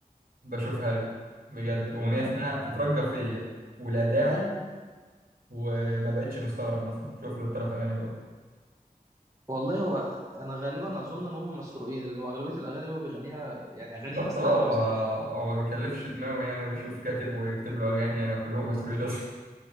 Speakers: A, on the right (about 65°); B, on the right (about 20°).
A: بشوفها له بجد اغنيه
B: ما-
A: اسمها تترجى فيا ولا داعي وما بقتش مستغرب مثلا شوف له الثلاث اغاني دول
B: والله هو أنا غالبا أظن إن هم مسروقين لأن هو أغلبية الأغاني اللي هو بيغنيها يعني أغاني
A: بالظبط
B: ناس
A: اه
B: تانية
A: هو
B: أصلا
A: هو ما بيكلفش دماغه يعني ويشوف كاتب ويكتب له اغاني يعني كلهم مسروقين اصلا